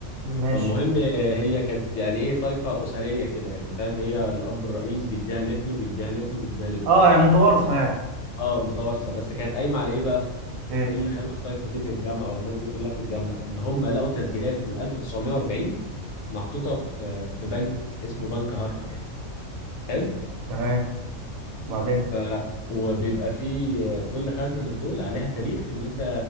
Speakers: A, on the right (about 85°); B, on the left (about 65°).
A: ماشي
B: فالمهم آه، هي كانت يعني ايه طائفه اسريه كده يعني فاهم هي الاب الرئيس بيديها لابنه بيديها لابنه بيديها لابنه
A: اه يعني متوارثه يعني
B: اه متوارثه بس كانت قايمه على ايه بقى
A: ايه
B: ايه اللي خلى الطائفه دي تتجمع او الناس دي كلها تتجمع ان هم لقوا تسجيلات من 1940 محطوطه في في بنك اسمه بنك هاركر حلو
A: تمام بعدين
B: ف وبيبقى فيه كل خزنه من دول عليها تاريخ ان انت